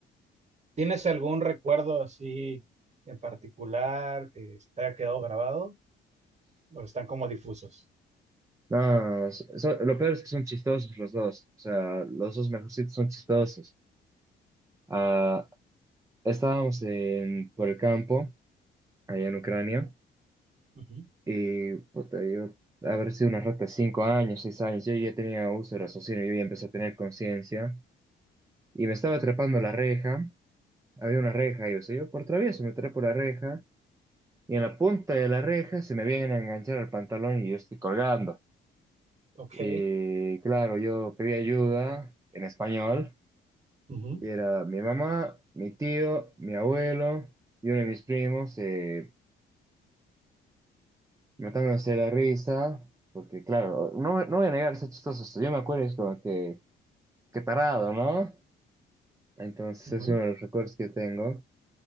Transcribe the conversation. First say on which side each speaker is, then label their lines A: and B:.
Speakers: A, on the right; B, on the right.
A: ¿Tienes algún recuerdo así en particular que se te haya quedado grabado o están como difusos?
B: No, so- so, lo peor es que son chistosos los dos. O sea, los dos mejorcitos son chistosos. Ah, estábamos en, por el campo, allá en Ucrania,
A: Ujú.
B: y puta, yo, haber sido una rata de cinco años, seis años, yo ya tenía uso de raciocinio, yo ya empecé a tener conciencia, y me estaba trepando la reja. Había una reja, y o sea, yo por travieso me trepo la reja, y en la punta de la reja se me vienen a enganchar al pantalón y yo estoy colgando.
A: Ok.
B: Y claro, yo pedí ayuda en español.
A: Ujú,
B: Y era mi mamá, mi tío, mi abuelo y uno de mis primos eh, matándose de la risa, porque claro, no, no voy a negar, es chistoso. Yo me acuerdo, es como que, qué tarado, ¿no? Entonces
A: ujú.
B: es uno de los recuerdos que tengo.